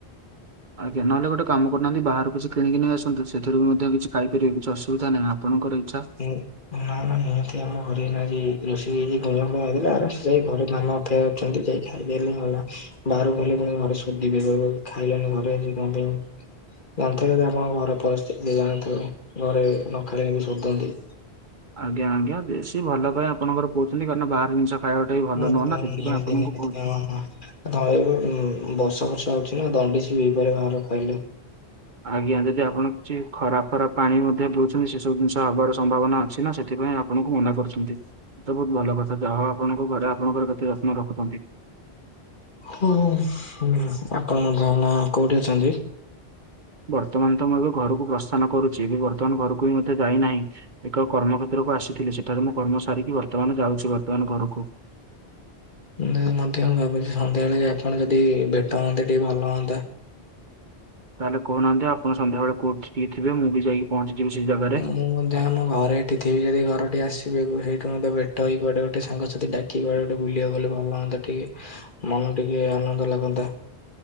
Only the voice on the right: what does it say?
ଆଜ୍ଞା ନହେଲେ ଗୋଟେ କାମ କରୁନାହାନ୍ତି ବାହାର କିଛି କିଣିକି ନେଇ ଆସନ୍ତୁ ସେଥିରୁ ବି ମଧ୍ୟ କିଛି ଖାଇପାରିବ କିଛି ଅସୁବିଧା ନାହିଁ ଆପଣଙ୍କର ଇ
ହ
ଆଜ୍ଞା ଆଜ୍ଞା ବେଶୀ ଭଲ ପାଇଁ ଆପଣଙ୍କର କହୁଛନ୍ତି କାହିଁକି ନା ବାହାର ଜିନିଷ ଖାଇବାଟା ବି ଭଲ
ନୁହଁ
ନା ସେଥିପାଇଁ
ଆପଣଙ୍କୁ
କହୁଚନ୍ତି।
ଆଜ୍ଞା ଯଦି ଆପଣ କିଛି ଖରାପ ଖରାପ ପାଣି ମଧ୍ୟ ପିଉଛନ୍ତି ସେ ସବୁ ଜିନିଷ ହବାର ସମ୍ଭାବନା ଅଛି ନା ସେଥିପାଇଁ ଆ ଆପଣଙ୍କୁ ମନା କରୁଛନ୍ତି। ତ ବହୁତ ଭଲ କଥା ଯାହା ହଉ ଆପଣଙ୍କ ଘରେ ଆପଣଙ୍କର କେତେ ଯତ୍ନ ରଖୁଛନ୍ତି।
ବର୍ତ୍ତମାନ ତ ମୁଁ ଏବେ ଘରକୁ ପ୍ରସ୍ଥାନ କରୁଛି ଏବେ ବର୍ତ୍ତମାନ ଘରକୁ ବି ମୁଁ ଯାଇନାହିଁ ଏକ କର୍ମକ୍ଷେତ୍ରକୁ ଆସିଥିଲି ସେଠାରେ ମୁଁ କର୍ମ ସାରିକି ବର୍ତ୍ତମାନ ଯାଉଛି ବର୍ତ୍ତମାନ ଘରକୁ।
ତାହେଲେ କହୁନାହାନ୍ତି ଆପଣ ସନ୍ଧ୍ୟାବେଳେ କୋଉଠିିକି ଥିବେ ମୁଁ ବି ଯାଇ ପହଞ୍ଚି ଜିବି ସେଇ ଜାଗାରେ।